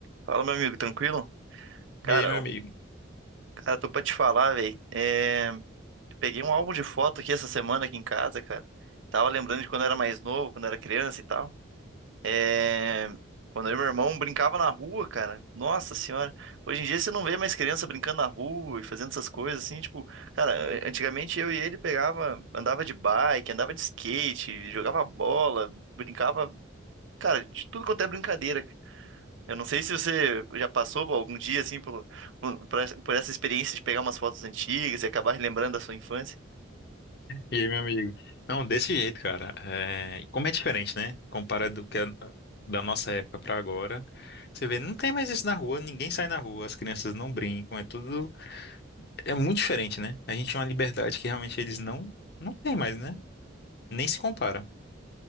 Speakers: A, on the right (about 70°); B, on the left (about 50°).
A: Fala, meu amigo, tranquilo? Cara,
B: E aí, meu
A: eu-
B: amigo?
A: cara, tô pra te falar, velho. É... eu Peguei um álbum de foto aqui essa semana aqui em casa, cara. Tava lembrando de quando eu era mais novo, quando eu era criança e tal. É... Quando eu e meu irmão brincava na rua, cara. Nossa senhora. Hoje em dia você não vê mais criança brincando na rua e fazendo essas coisas assim, tipo, cara, antigamente eu e ele pegava, andava de bike, andava de skate, jogava bola, brincava, cara, de tudo quanto é brincadeira, Eu não sei se você já passou por algum dia assim pelo- por, essa- por essa experiência de pegar umas fotos antigas e acabar lembrando da sua infância.
B: E aí, meu amigo? Não, desse jeito, cara. É, e Como é diferente, né? Comparado do que é da nossa época pra agora. Você vê, não tem mais isso na rua, ninguém sai na rua, as crianças não brincam, é tudo. É muito diferente, né? A gente tem uma liberdade que realmente eles não, não têm mais, né? Nem se compara.